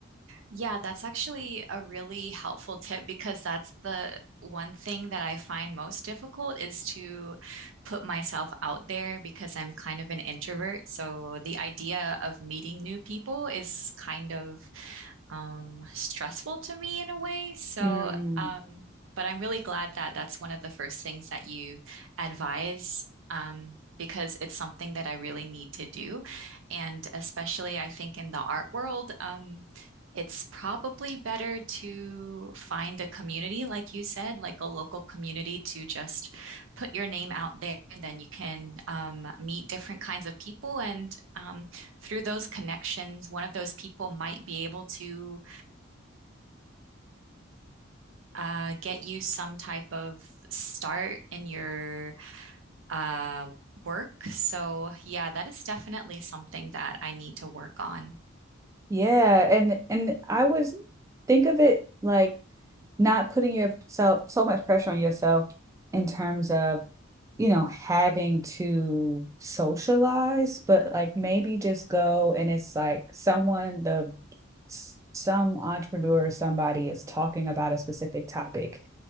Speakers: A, on the right (about 75°); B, on the right (about 15°).
A: Yeah, that's actually a really helpful tip because that's the one thing that I find most difficult is to put myself out there because I'm kind of an introvert. So the idea of meeting new people is kind of um, stressful to me in a way. So,
B: Mm.
A: um, but I'm really glad that that's one of the first things that you advise, um, because it's something that I really need to do. And especially, I think in the art world, um, it's probably better to find a community, like you said, like a local community to just put your name out there, and then you can um, meet different kinds of people and um, through those connections, one of those people might be able to uh, get you some type of start in your uh, work. So, yeah, that is definitely something that I need to work on.
B: Yeah, and and I was think of it like not putting yourself so much pressure on yourself in terms of you know having to socialize but like maybe just go and it's like someone the some entrepreneur or somebody is talking about a specific topic